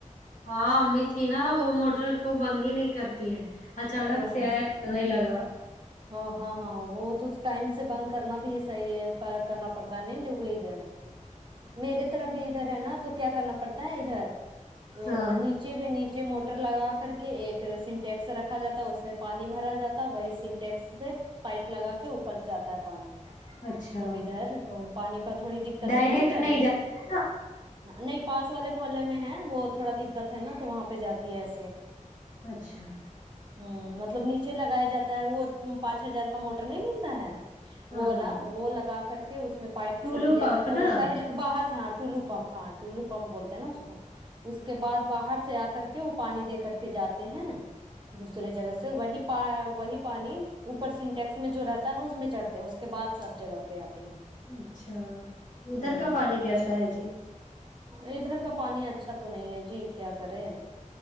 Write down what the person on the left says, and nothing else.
ہاں امی تھی نا وہ موٹر کو بند ہی نہیں کرتی ہے اچانک
شکه
کر نے لگا
ہ
ہاں
اچھا
ڈائریکٹ
نہیں جاتے نا
اچھا
ہاں
ہاں
ٹولو
پمپ
نا
اچھا ادھر
کا
پانی کیسا ہے جی